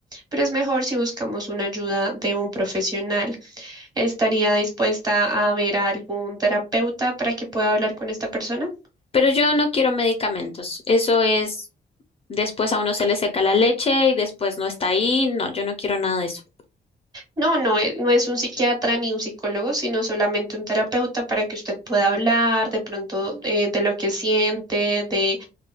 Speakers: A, on the right; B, on the left.
A: pero es mejor si buscamos una ayuda de un profesional. ¿Estaría dispuesta a ver a algún terapeuta para que pueda hablar con esta persona?
B: Pero yo no quiero medicamentos. Eso es, después a uno se le seca la leche y después no está ahí. No, yo no quiero nada de eso.
A: No, no, e- no es un psiquiatra ni un psicólogo, sino solamente un terapeuta para que usted pueda hablar de pronto eh, de lo que siente, de